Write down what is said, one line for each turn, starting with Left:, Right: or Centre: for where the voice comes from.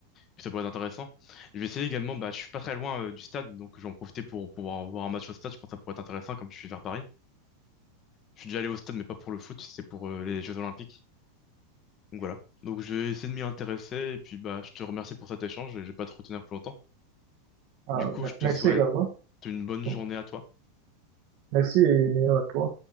Left: Puis ça pourrait être intéressant. Je vais essayer également, bah, je suis pas très loin euh, du stade donc je vais en profiter pour pouvoir voir un match au stade. Je pense que ça pourrait être intéressant comme je suis vers Paris. Je suis déjà allé au stade mais pas pour le foot, c'est pour euh, les Jeux Olympiques. Donc voilà. Donc je vais essayer de m'y intéresser et puis bah je te remercie pour cet échange et je vais pas te retenir plus longtemps.
Right: Ah,
Left: Du coup,
Right: <laughs> me-
Left: je te
Right: merci
Left: souhaite
Right: également.
Left: une bonne journée
Right: Bon,
Left: à toi.
Right: Merci et meilleur à